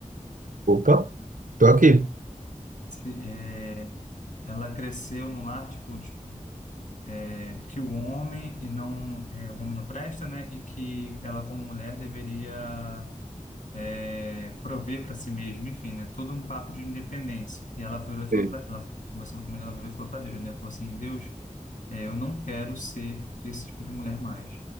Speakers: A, on the right; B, on the left.
A: Opa, tô aqui.
B: Se, é, ela cresceu no lar, tipo, de- é, que o homem e não, é, o homem não presta, né? E que ela, como mulher, deveria é, prover para si mesma, enfim, né? Todo um papo de independência. E ela virou e falou
A: Ei.
B: para ela, conversando comigo, ela virou e falou para Deus, né? Falou assim, Deus, é, eu não quero ser esse tipo de mulher mais.